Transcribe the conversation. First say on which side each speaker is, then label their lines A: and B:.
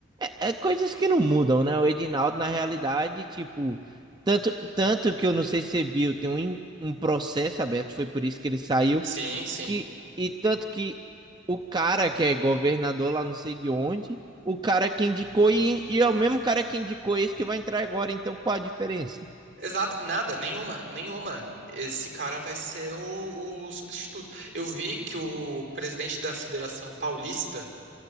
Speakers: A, on the right; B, on the right.
A: é, é coisas que não mudam, né? O Edinaldo, na realidade, tipo, tanto, tanto que eu não sei se você viu, tem um, in- um processo aberto, foi por isso que ele saiu
B: Sim, sim.
A: que e tanto que o cara que é governador lá não sei de onde, o cara que indicou e, e é o mesmo cara que indicou esse que vai entrar agora, então qual a diferença?
B: Exato, nada, nenhuma, nenhuma. Esse cara vai ser o, o substituto. Eu vi que o presidente da Federação Paulista